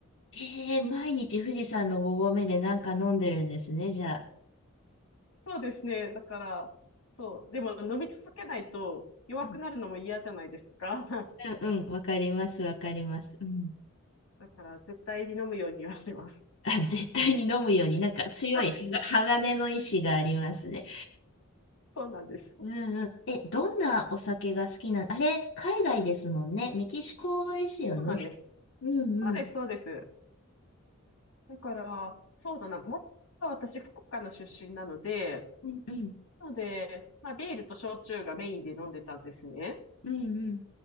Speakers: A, on the left; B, on the left.
A: えー、毎日富士山の5合目でなんか飲んでるんですね、じゃあ。
B: そうですね。だから、そう。でも飲み続けないと弱くなるのも嫌じゃないですか。
A: うん
B: <laughs>
A: うんうん、わかります、わかります。うん。
B: だから絶対に飲むようにはしてます。
A: あ、絶対に飲むように、なんか強いはが鋼の意志がありますね。
B: <laughs> そうなんです。
A: うんうん。え、どんなお酒が好きなのあれ、海外ですもんね。メキシコですよね。
B: そうなんです。
A: うんうん。
B: そうです、そうです。だから、そうだな。もっと私、福岡の出身なので、
A: うんうん。
B: なので、まあ、ビールと焼酎がメインで飲んでたんですね。
A: うんうん。